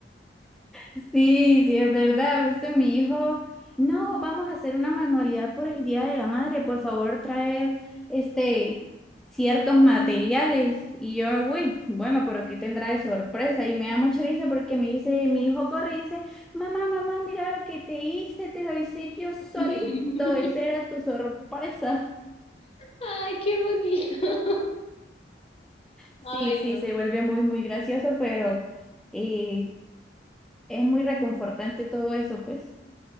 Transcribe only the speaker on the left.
<laughs>
Ay, qué bonito. <laughs>
Ay, no.